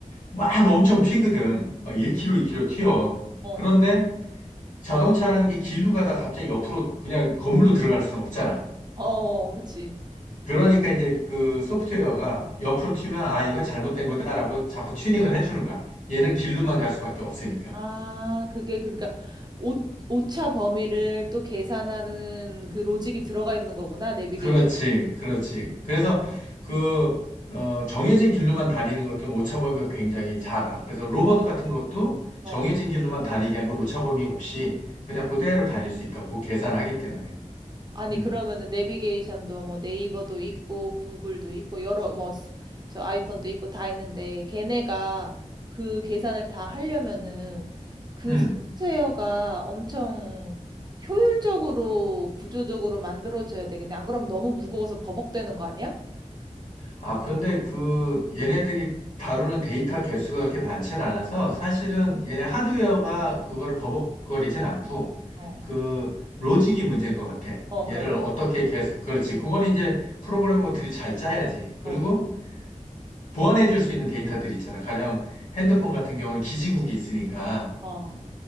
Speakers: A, on the left; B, on the right.
A: 막 엄청 튀거든. 막 1km, 2km 튀어.
B: <laughs> 어.
A: 그런데 자동차라는 게 길로 가다가 갑자기 옆으로 그냥 건물로 들어갈 수는 없잖아.
B: 어, 그치.
A: 그러니까 이제 그 소프트웨어가 옆으로 튀면, 아, 이건 잘못된 거다라고 자꾸 튜닝을 해주는 거야. 얘는 길로만 갈 수밖에 없으니까.
B: 아, 그게 그러니까 오, 오차 범위를 또 계산하는 그 로직이 들어가 있는 거구나. 내비게이션.
A: 그렇지, 그렇지. 그래서 그, 어, 정해진 길로만 다니는 것들은 오차범위가 굉장히 작아. 그래서 로봇 같은 것도
B: 어.
A: 정해진 길로만 다니게 하면 오차범위 없이 그냥 그대로 다닐 수 있다고 계산하기 때문에.
B: 아니,
A: 음,
B: 그러면은 내비게이션도 뭐 네이버도 있고 구글도 있고 여러 뭐 저 아이폰도 있고 다 있는데 걔네가 그 계산을 다 하려면은 그
A: 음.
B: 소프트웨어가 엄청 효율적으로 구조적으로 만들어져야 되겠네. 안 그럼 너무 무거워서 버벅대는 거 아니야?
A: 아, 그런데 그 얘네들이 다루는 데이터 개수가 그렇게 많지 않아서 사실은 얘네 하드웨어가 그거를 버벅거리진 않고
B: 어.
A: 그 로직이 문제인 것 같아.
B: 어,
A: 얘를
B: 그러니까 로
A: 어떻게 계속, 그렇지. 그거는 이제 프로그래머들이 잘 짜야지. 그리고
B: 어, 그러니까 그,
A: 보완해 줄 수 있는 데이터들이 있잖아. 가령 핸드폰 같은 경우는 기지국이 있으니까,
B: 어.